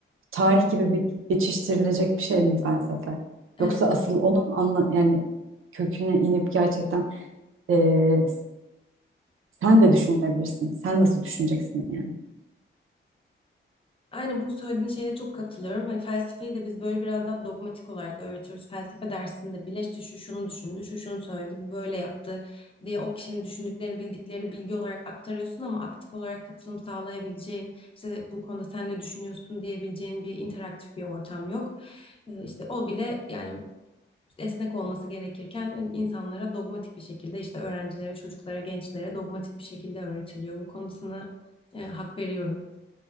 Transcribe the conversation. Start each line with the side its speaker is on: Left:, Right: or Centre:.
Right: Tarih
Left: Evet,
Right: gibi bir geçiştirilecek bir şey mi felsefe?
Left: evet.
Right: Yoksa asıl onun anla yani köküne inip gerçekten e, sen de düşünebilirsin. Sen nasıl düşüneceksin yani?
Left: Aynen bu söylediğin şeye çok katılıyorum. Hani felsefeyi de biz böyle biraz daha dogmatik olarak öğretiyoruz. Felsefe dersinde bile işte şu şunu düşündü, şu şunu söyledi, bu böyle yaptı diye o kişinin düşündüklerini, bildiklerini bilgi olarak aktarıyorsun ama aktif olarak katılım sağlayabileceğin, işte bu konuda sen ne düşünüyorsun diyebileceğin bir interaktif bir ortam yok. Ee, İşte o bile yani esnek olması gerekirken insanlara dogmatik bir şekilde işte öğrencilere, çocuklara, gençlere dogmatik bir şekilde öğretiliyor. Bu konuda sana e, hak veriyorum.